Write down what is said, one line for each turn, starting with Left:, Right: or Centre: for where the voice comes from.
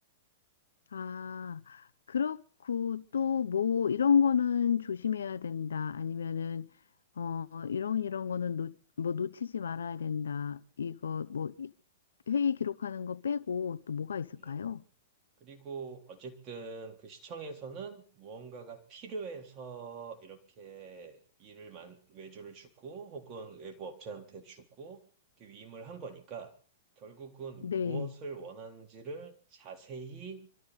Left: 아, 그렇고 또
Right: 음.
Left: 뭐 이런 거는 조심해야 된다. 아니면은 어 이런 이런 거는 놓, 뭐 놓치지 말아야 된다. 이거 뭐 이- 회의 기록하는 거 빼고 또 뭐가 있을까요?
Right: 음. 그리고 어쨌든 그 시청에서는 무언가가 필요해서 이렇게 일을 만, 외주를 주고 혹은 외부 업체한테 주고 이렇게 위임을 한 거니까 결국은
Left: 네.
Right: 무엇을 원하는지를 자세히